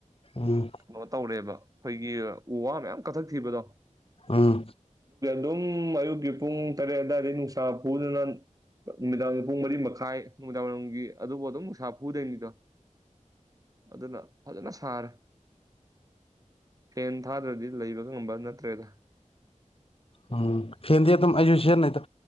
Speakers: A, on the left (about 45°); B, on the right (about 25°).
A: ꯎꯝ
B: ꯀꯩꯅꯣ ꯇꯧꯔꯦꯕ ꯑꯩꯈꯣꯏꯒꯤ ꯎ ꯋꯥ ꯃꯌꯥꯝ ꯀꯛꯊꯛ ꯊꯤꯕꯗꯣ
A: ꯑꯥ
B: ꯑꯗꯨꯝ ꯑꯌꯨꯛꯀꯤ ꯄꯨꯡ ꯇꯔꯦꯠ ꯑꯗꯨꯋꯥꯏꯗꯩꯩ ꯅꯨꯡꯁꯥ ꯐꯨꯕꯗꯅ ꯅꯨꯃꯤꯗꯥꯡꯒꯤ ꯄꯨꯡ ꯃꯔꯤ ꯃꯈꯥꯏ ꯅꯨꯃꯤꯗꯥꯡꯋꯥꯏꯔꯝꯒꯤ ꯑꯗꯨꯕꯨ ꯑꯗꯨꯝ ꯅꯨꯡꯁꯥ ꯐꯨꯗꯣꯏꯅꯤꯗꯣ ꯑꯗꯨꯅ ꯐꯖꯅ ꯁꯥꯔꯦ꯫ ꯐꯦꯟ ꯊꯥꯗ꯭ꯔꯗꯤ ꯂꯩꯕꯒ ꯉꯝꯕ ꯅꯠꯇ꯭ꯔꯦꯗ꯫
A: ꯎꯝ ꯐꯦꯟꯗꯤ ꯑꯗꯨꯝ ꯑꯩꯁꯨ ꯁꯤꯖꯤꯟꯅꯩꯗ